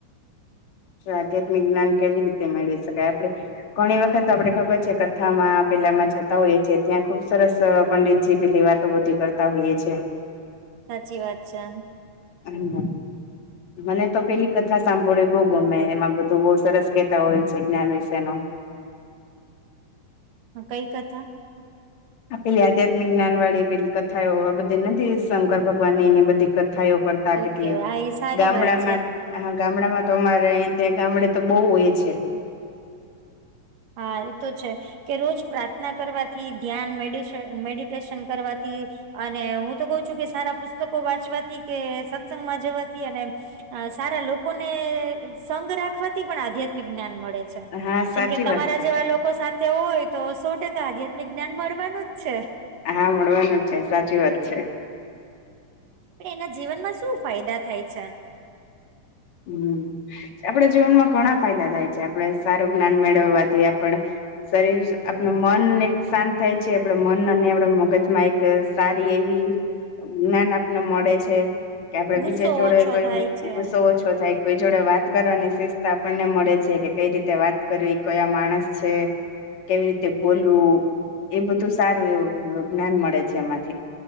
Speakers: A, on the left; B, on the right.
A: તો આધ્યાત્મિક જ્ઞાન કેવી રીતે મેળવી શકાય આપડે ઘણી વખત આપડે ખબર છે કથામાં પેલામાં જતા હોઈએ છે ત્યાં ખુબ સરસ પંડિતજી પેલી વાત તો બધી કરતા હોઈએ છ છેએ
B: સાચી વાત છે.
A: હમ મને તો પેલી કથા સાંભળે બુ ગમે એમાં બધું બહુ સરસ કતા હોય છે જ્ઞાન વિશે ન
B: હ કઈ કથા
A: પેલી આધ્યાત્મિક જ્ઞાન પેલી વાળી કથાઓ આ બધી નથી શંકર ભગવાન ની એની બધી કથાઓ પડતા
B: ઓકે
A: કેટલી
B: આ એ સારી
A: ગામડામાં
B: વાત છે
A: હા ગામડામાં તો અમારે અહીંયા ત્યાં ગામડે તો બહુ હોય છે
B: હા એ તો છે કે રોજ પ્રાર્થના કરવાથી ધ્યાન મેડ મેડિટેશન કરવાથી અને હું તો કઉ છું કે સારા પુસ્તકો વાંચવાથી કે સત્સંગ માં જવાથી અને અ સારા લોકોને સંગ રાખવાથી પણ આધ્યાત્મિક જ્ઞાન મળે છે
A: હા સાચી
B: જેમકે
A: વાત છે
B: એવા લોકો સાથે હોય તો સો ટકા આધ્યાત્મિક જ્ઞાન મળવાનું જ છે.
A: હા મળવાનું છે સાચી વાત છે.
B: પણ એના જીવન માં શું ફાયદા થાય છે.
A: હમ આપડ જીવનમાં ઘણા ફાયદા થાય છે આપડ સારું જ્ઞાન મેળવવાથી આપ શરીર આપણ મનને એક શાંત થાય છે આપડ મન અને આપણા મગજમાં એક સારી એવી જ્ઞાન આપને મળે છે. કે આપડે
B: ગુસ્સો
A: બીજે જોોડે
B: ઓછો
A: કોઈ
B: થાય છે
A: ગુસ્સો ઓછો થાય કોઈ જોડે વાત કરવાની શિસ્તા આપણને મળે છે કે કઈ રીતે વાત કરવી કયા માણસ છે. કેવી રીતે બોલવું એ બધું સારું એવું જ્ઞાન મળે છે એમાંથી